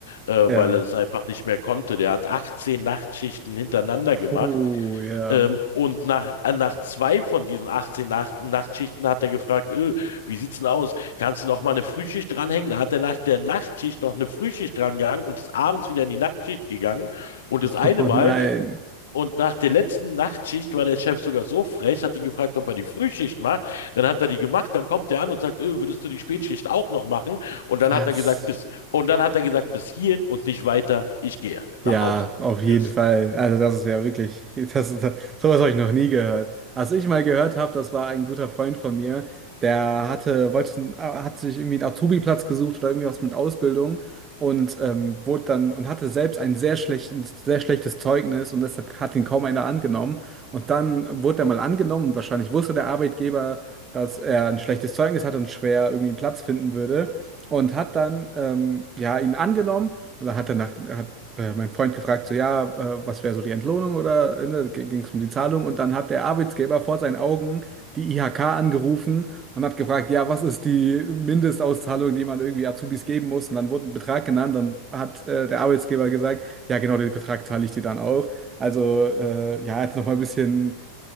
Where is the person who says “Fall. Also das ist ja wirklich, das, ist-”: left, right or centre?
Right